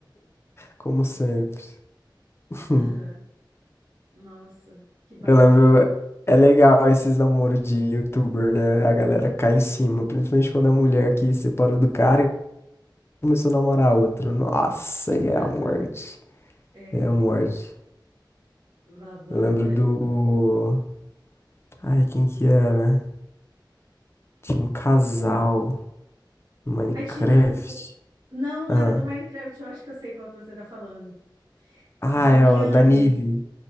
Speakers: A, on the left; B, on the right.
A: Como
B: Pois
A: sempre.
B: é.
A: <laughs>
B: Aham. Nossa, que babado.
A: Eu lembro, é legal esses namoros de youtuber, né? A galera cai em cima, principalmente quando é mulher que separou do cara e começou a namorar outro. Nossa, aí é
B: Aham.
A: a morte.
B: Era
A: É a morte.
B: babado.
A: Eu lembro
B: É.
A: do. Ai, quem que era? Tinha um casal no Minecraft.
B: Aí tinha um co- Não, não
A: Ah,
B: era do Minecraft, eu acho que eu sei qual que você tá falando.
A: ah
B: Da
A: é,
B: Miane,
A: ó, da Nive.